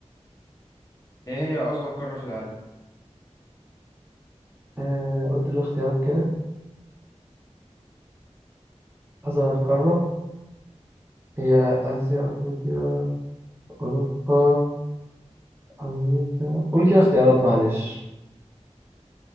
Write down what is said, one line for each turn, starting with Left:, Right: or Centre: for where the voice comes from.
Left: ايه هي اصغر قارة في العالم
Right: آه، قول لي الاختيارات كده أصغر قارة هي آسيا أفريقيا أوروبا أمريكا قول كده اختيارات معلش